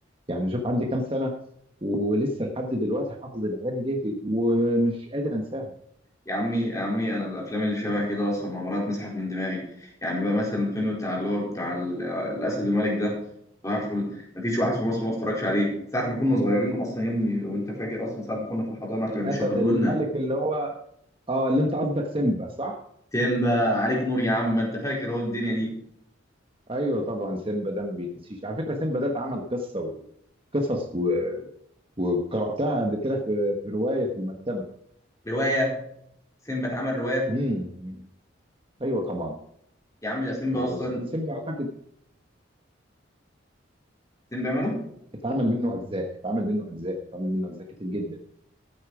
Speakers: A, on the right; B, on the left.
A: يعني شوف عندي كام سنه ولسه لحد دلوقتي حافظ الاغاني ديتي ومش قادر انساها
B: يا عمي يا عمي انا الافلام اللي شبه كده اصلا ما مرات مسحت من دماغي يعني بقى مثلا الفيلم بتاع اللي هو بتاع ال- آه، الاسد الملك ده صباح الفل مفيش واحد في مصر ما اتفرجش عليه ساعه ما كنا صغيرين اصلا يا ابني وانت فاكر اصلا ساعه ما كنا في الحضانه كانوا
A: الاسد
B: بيشغلوا
A: الملك
B: لنا
A: اللي هو اه اللي انت قصدك سيمبا صح؟
B: سيمبا عليك نور يا عم ما انت فاكر هو الدنيا دي
A: ايوه طبعا سيمبا ده ما بيتنسيش على فكره سيمبا ده اتعمل قصه وقصص و... وقراتها قبل كده في... في روايه في المكتبه
B: روايه سيمبا اتعمل روايه
A: امم ايوه طبعا
B: يا عم ده سيمبا
A: آه،
B: اصلا
A: س- سيمبا اعتقد
B: سيمبا ماله
A: اتعمل منه اجزاء اتعمل منه اجزاء اتعمل منه اجزاء كتير جدا